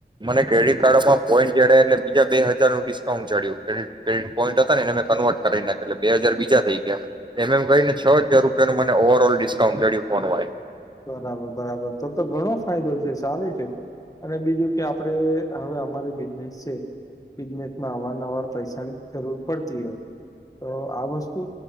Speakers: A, on the right; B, on the left.
A: મને ક્રેડિટ કાર્ડમાં પોઈન્ટ જડ્યા એટલે બીજા બે હજારનું ડિસ્કાઉન્ટ જડ્યુંટ. પોઈન્ટ હતા ને મે કન્વર્ટ કરી નાખ્યું એટલે બે હજાર બીજા થઈ ગયા. એમ એમ કહીને છ હજાર રૂપિયા ન મને ઓવર ઓલ ડિસ્કાઉન્ટ કર્યુ ફોન હોય.
B: બરાબર, બરાબર તો તો ઘણો ફાયદો છે, સારું છે અને બીજું કે આપણે હવે અમારી બિઝનેસ છે. બિઝનેસમાં અવારનવાર પૈસાની જરૂર પડતી હોય. તો આ વસ્તુ